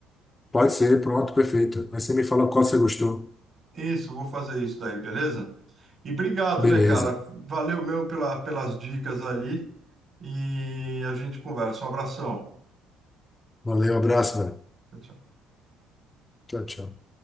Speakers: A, on the left (about 20°); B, on the right (about 50°).
A: Pode ser, pronto, perfeito. Aí você me fala qual você gostou.
B: Isso, vou fazer isso daí, beleza? E obrigado,
A: Beleza.
B: né, cara? Valeu mesmo pela, pelas dicas ali. E a gente conversa. Um abração.
A: Valeu, abraço, velho.
B: Tchau, tchau.
A: Tchau, tchau.